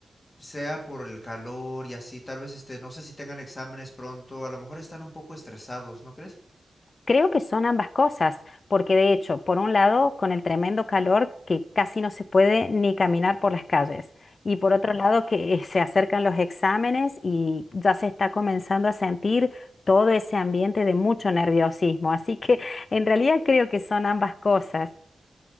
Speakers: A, on the left (about 20°); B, on the left (about 45°).
A: sea por el calor y así? Tal vez este, no sé si tengan exámenes pronto, a lo mejor están un poco estresados, ¿no crees?
B: Creo que son ambas cosas, porque de hecho, por un lado, con el tremendo calor que casi no se puede ni caminar por las calles, y por otro lado, que <laughs> se acercan los exámenes y ya se está comenzando a sentir todo ese ambiente de mucho nerviosismo. Así que en realidad creo que son ambas cosas.